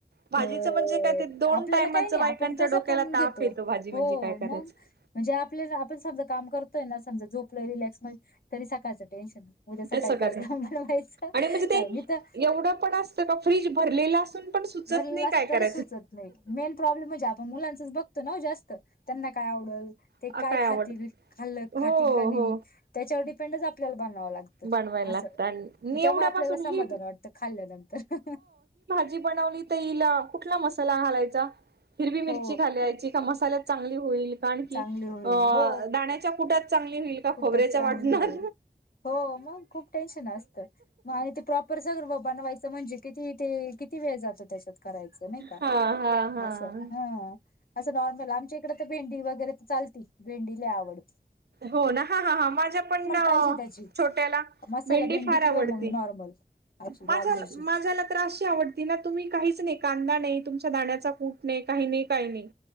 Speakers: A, on the right; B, on the left.
A: भाजीचं
B: तर
A: म्हणजे काय ते दोन
B: आपल्याला
A: टायमाच
B: काही नाही
A: बायकांच्या
B: आपण कसं
A: डोक्याला
B: पण
A: ताप
B: घेतो.
A: येतो भाजी म्हणजे
B: हो
A: काय करायचं
B: मग म्हणजे आपल्या आपण समजं काम करतोय ना म झोपलो रिक्स मध्ये तरी सकाळचं टेन्शन. उदया सकाळी
A: ते सगळंच
B: काही काय काम बनवायचं
A: आणि म्हणजे ते
B: का मी तर
A: एवढं पण असतं का फ्रीज भरलेला असून पण सुचत
B: भरलास
A: नाही काय
B: तरी
A: करायचं.
B: सुचत नाही मेन प्रॉब्लेम म्हणजे आपण मुलांचच बघतो ना जास्त त्यांना काय आवडल ते
A: अ
B: काय खातील
A: आवड
B: खाल
A: हो
B: खातील का नाही
A: हो
B: त्याच्यावर डिपेंडच आपल्याला बनवावं लागंत.
A: बनवायला
B: असं
A: लागतं आणि
B: तेव्हा
A: एवढ्यापासून
B: आपल्याला समाधान
A: ही
B: वाटतं खाल्ल्यानंतर
A: ती बनवली तर कुठला मसाला घालायचा. हिरवी मिरची
B: हो
A: घालायची का मसाल्यात चांगली होईल. कारण की
B: चांगली होईल
A: अ
B: हो
A: दाण्याच्या कुटात चांगली होईल का
B: कुठच
A: खोबऱ्याच्या
B: चांगली
A: वाटणार
B: होईल हो मग खूप टेन्शन असतं मग आणि ते प्रॉपर सगळं बनवायचं म्हणजे किती ते किती वेळ जातं त्याच्यात करायचं नाही का
A: हा हा हा.
B: असं हा असं नॉर्मल आमच्या इकडे तर भेंडी वगैरे तर चालती भेंडीला आवडते.
A: हो ना हा हा हा माझ्या पण
B: पाहिजे त्याची
A: छोट्याला
B: मसाला
A: भेंडी फार
B: किंवा
A: आवडती.
B: मग नॉर्मल अशी
A: माझ
B: लाल मिरचीची
A: माझ्याला तर अशी आवडते. बिना तुम्ही काहीच नाही कांदा नाही तुमच्या दाण्याचा कूट नाही काही नाही काही नाही